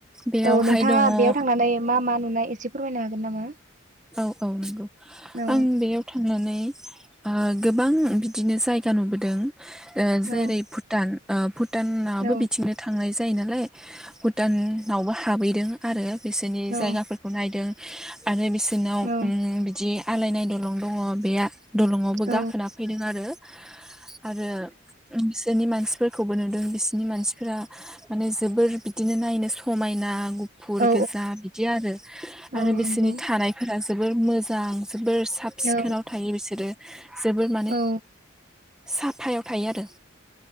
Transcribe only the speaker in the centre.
बेयावहाय
दङ ओ
औ औ नंगौ
आं बेयाव थांनानै ओ गोबां बिदिनो जायगा नुबोदों ओ जेरै
भुटान भुटानाबो
बिथिंनो थांनाय जायो नालाय भुटानावबो हाबैदों आरो बिसोरनि
जायगाफोरखौ नायदों आरो बिसोरनाव
उम बिदि आलायनाय दलं दङ बे दलङआवबो
गाखोना फैदों आरो आरो उम बिसोरनि मानसिफोरखौबो नुदों बिसनि मानसिफोरा माने जोबोर बिदिनो नायनो समायना गुफुर
गोजा बिदि आरो आरो
बिसोरनि
थानायफोरा जोबोर मोजां जोबोर साब सिखोनाव
थायो बिसोरो जोबोर माने
साफायाव थायो आरो